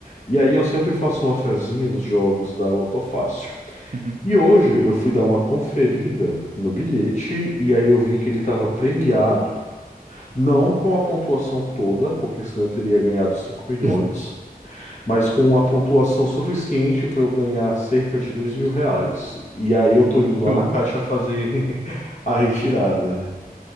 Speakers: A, on the left (about 50°); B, on the right (about 50°).
A: E aí eu sempre faço uma fezinha nos jogos da Loto Fácil.
B: Uhum.
A: E hoje eu fui dar uma conferida no bilhete e aí eu vi que ele estava premiado, não com a pontuação toda, porque senão eu teria ganhado 5 milhões,
B: <laughs>
A: mas com uma pontuação suficiente para eu ganhar cerca de 2 mil reais. E aí eu tô indo lá
B: Show.
A: na caixa fazer <laughs> a retirada.